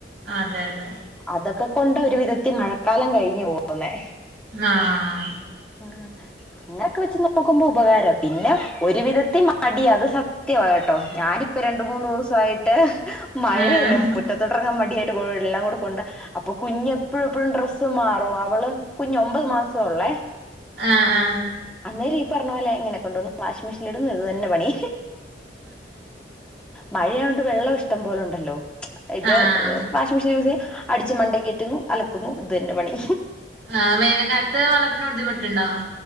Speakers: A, on the right; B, in the centre.
A: അതെ അതെ
B: അതൊക്കെ കൊണ്ട് ഒരു വിധത്തിൽ മഴ കാലം കഴിഞ്ഞു പോവൂന്നേ
A: ആഹ്
B: ആഹ് അങ്ങനൊക്കെ വെച്ച് നോക്കുമ്പോ ഉപകാര പിന്നെ ഒരു വിധത്തിൽ മടി അത് സത്യമാ കേട്ടോ ഞാനിപ്പ രണ്ട് മൂന്ന് ദിവസായിട്ട് മഴയല്ലേ
A: ഏഹ്
B: മുറ്റത്തോട്ടിറങ്ങാൻ മടിയായി ട്ട് <unintelligible> ഗോൾ ഇല്ലാം കൊടുക്കുണ്ടാ അപ്പൊ കുഞ്ഞെപ്പോഴും എപ്പോഴും ഡ്രസ് തു മാറോ അപ് ഓള് കുഞ് ഒൻപത് മാസൊള്ളെ
A: ആഹ് ആഹ്
B: അന്നേര് പർന്നോലെ ഇങ്ങനെ കൊണ്ടോന്ന് വാഷ്മിഷീലിടുന്നഇത് തന്നെ പണി മഴയോണ്ട് വെള്ളം ഇഷ്ടം പോലു ണ്ടല്ലോ ഇത്
A: ആഹ്
B: ഹ് ഹ് വാഷിംഗ് മിഷീൻ ൽ അടി ച് മണ്ടേ കേറ്റ്ന്നു അലക്കുന്നു ഇതന്നെ പണി
A: ആ വേനക്കാൽത്ത് വള്ളത്തിന് ദ്ധിമുട്ടുണ്ടോ